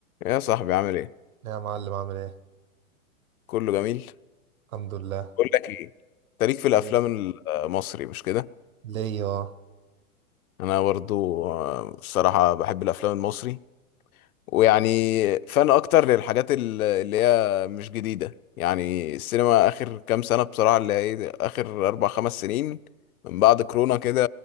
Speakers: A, on the left (about 80°); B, on the right (about 75°).
A: يا صاحبي عامل ايه
B: لا يا معلم عامل ايه
A: كله جميل
B: الحمد لله
A: بقول لك ايه انت ليك في الافلام
B: إيه؟
A: المصري مش كده
B: ليا اه
A: انا برضو آه، الصراحه بحب الافلام المصري ويعني فان اكتر للحاجات ال- اللي هي مش جديده يعني السينما اخر كام سنه بصراحه اللي هي إيه، اخر اربع خمس سنين من بعد كورونا كده